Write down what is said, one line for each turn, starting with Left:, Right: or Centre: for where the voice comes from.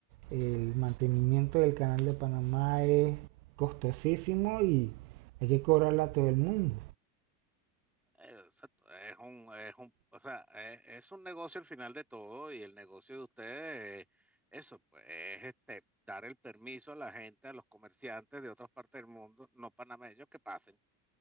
Right: el mantenimiento del canal de Panamá es costosísimo y hay que cobrarla a todo el mundo.
Centre: Eh, exacto, es un, es un, o sea, es, es un negocio al final de todo y el negocio de ustedes, eh, eso, pues, es este, dar el permiso a la gente, a los comerciantes de otras partes del mundo, no panameños, que pasen.